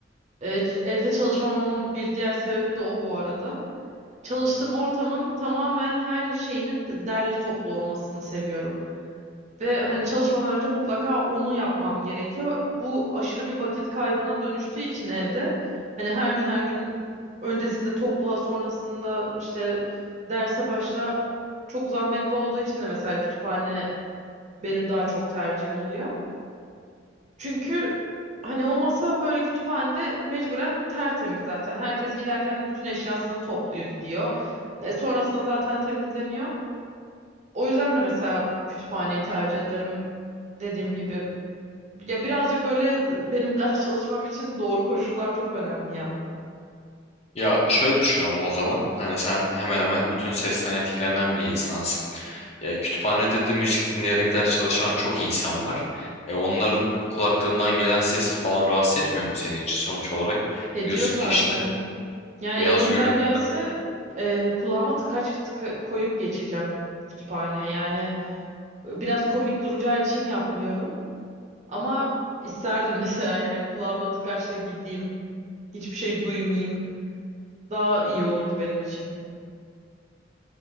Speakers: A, on the right; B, on the left.
A: Ee, ç- evde çalışmamamın bir diğer sebebi de o bu arada. Çalıştığım ortamın tamamen her şeyinin d- derli toplu olmasını seviyorum. Ve hani çalışmadan önce mutlaka onu yapmam gerekiyor. Bu aşırı bir vakit kaybına dönüştüğü için evde hani her gün her gün öncesinde topla sonrasında işte derse başla çok zahmetli olduğu için de mesela kütüphane benim daha çok tercihim oluyor. Çünkü hani o masa böyle kütüphanede mecburen tertemiz zaten. Herkes giderken bütün eşyasını topluyor gidiyor. E, sonrasında zaten temizleniyor. O yüzden de mesela kütüphaneyi tercih ederim dediğim gibi. Ya birazcık böyle benim <laughs> ders çalışmam için doğru koşullar çok önemli ya.
B: ya şöyle düşün ama o zaman hani sen hemen hemen bütün sesten etkilenen bir insansın. E, kütüphanede de müzik dinleyerek ders çalışan çok insan var. E, onların kulaklarından gelen ses falan rahatsız etmiyor mu seni hiç? Sonuç olarak
A: Ediyor
B: diyorsun
A: zaten.
B: ki işte
A: Yani
B: beyaz
A: elimden
B: gürültü.
A: gelse e, kulağıma tıkaç tıka koyup geçeceğim kütüphaneye. Yani e, biraz komik duracağı için yapmıyorum. Ama isterdim <laughs> mesela yani kulağımda tıkaçla gideyim. Hiçbir şey duymayayım. Daha iyi olurdu benim için.